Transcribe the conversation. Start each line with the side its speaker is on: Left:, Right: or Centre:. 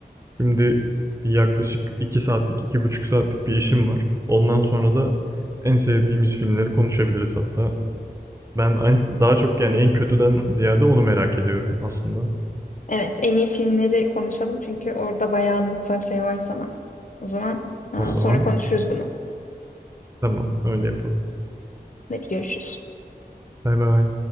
Right: Şimdi bir yaklaşık 2 saatlik, iki buçuk saatlik bir işim var. Ondan sonra da en sevdiğimiz filmleri konuşabiliriz hatta. Ben an- daha çok yani en kötüden ziyade onu merak ediyorum aslında.
Left: Evet, en iyi filmleri konuşalım çünkü orada bayağı anlatacağım şey var sana. O zaman aa,
Right: O zaman
Left: sonra konuşuruz bunu.
Right: tamam öyle yapalım.
Left: Hadi görüşürüz.
Right: Bay bay.